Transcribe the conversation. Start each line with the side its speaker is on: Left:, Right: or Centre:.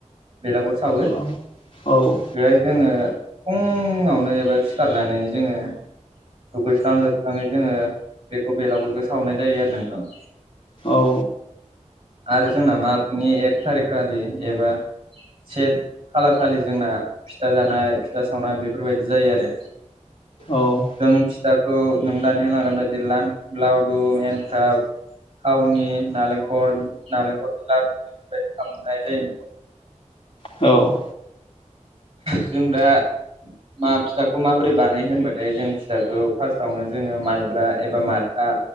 Right: बेलागुर सावो
Left: औ औ
Right: बेहाय जोङो फुंङावनो एबा सिखारनानै जोङो दुगैस्रां लोबस्राङै जोङो बेखौ बेलागुरखौ सावनाय जायो आरो नोंथां।
Left: औ।
Right: आरो जोंना मागनि एक थारिखा खालि एबा सेट खालार खालि जोंना फिथा जानाय फिथा सावनाय बेफोरबायदि जायो आरो।
Left: औ।
Right: जों फिथाखौ नों दानि होलांनाय बायदि लान लावदुम एन्थाब थावनि नालेंखर नालेंखरनि लाद्दु बेबायदि खालामनाय जायो <unintelligible>
Left: औ।
Right: जों दा मा फिथाखौ माबोरै बानायो होनबाथाय जों फिथाखौ फार्स्टावनो जोङो माइब्रा एबा माथ था